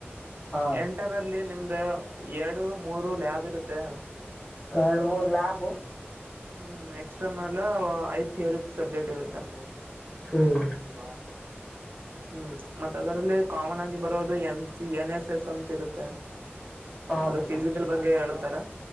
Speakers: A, in the centre; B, on the right (about 55°).
A: ಹಾ
B: ಎಂಟರಲ್ಲಿ ನಿಮ್ದ ಎರಡು ಮೂರು ಲ್ಯಾಬ್ ಇರುತ್ತೆ.
A: ಎರಡು ಮೂರ್ ಲ್ಯಾಬು
B: ಹ್ಮ್ ಎಕ್ಸ್ಟರ್ನಲ್ ಐದ್ ಥಿಯರಿ ಸಬ್ಜೆಕ್ಟ್ ಇರುತ್ತೆ.
A: ಹ್ಮ್
B: ಇವಾ ಹ್ಮ್ ಮತ್ತ್ ಅದರಲ್ಲಿ ಕಾಮನ್ ಆಗಿ ಬರೋದು N C N S S ಅಂತ ಇರುತ್ತೆ.
A: ಹಾ
B: ಅದು
A: ಬ್ರೋ
B: ಫಿಸಿಕಲ್ ಬಗ್ಗೆ ಹೇಳ್ತಾರ